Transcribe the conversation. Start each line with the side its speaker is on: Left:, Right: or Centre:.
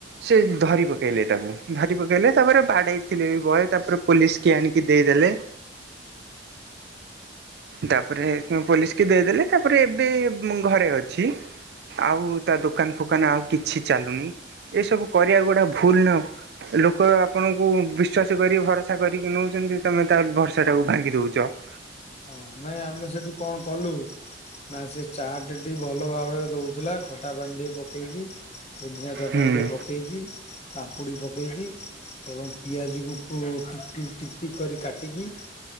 Right: ସେ ଧରି ପକାଇଲେ ତାକୁ ଧରି ପକାଇଲେ ତାପରେ ବାଡ଼ାଇଥିଲେ ବି ବହେ ତାପରେ ପୋଲିସ୍ କି ଆଣିକି ଦେଇଦେଲେ। ତାପରେ ପୋଲିସ୍ କି ଦେଇଦେଲେ ତାପରେ ଏବେ ଘରେ ଅଛି। ଆଉ ତା ଦୋକାନ୍ ଫୋକାନ୍ ଆଉ କିଛି ଚାଲୁନି ଏସବୁ କରିବା ଏଗୁଡ଼ା ଭୁଲ୍ ନୁହଁ। ଲୋକ ଆପଣଙ୍କୁ ବିଶ୍ଵାସ କରି ଭରସା କରିକି ନୋଉଚନ୍ତି ତମେ ତ ଭରସା ଟାକୁ ଭାଙ୍ଗି ଦୋଉଚ। <inaudible>
Left: ହଁ ନାଇଁ ଆମେ ସେଠୁ କଣ କଲୁ ନା ସେ ଚାଟେ ଟି ଭଲ ଭାବରେ ଦଉଥିଲା ଖଟା ପାଣି ଟିକେ ପକେଇକି ପୁଦିନା ଚଟଣୀ
Right: ହୁଁ
Left: ଟିକେ ପ କେଇକି ପାମ୍ପୁଡି ପକେଇକି ଏବଂ ପିଆଜ କୁ ଟିକି ଟିକି କରି କାଟିକି।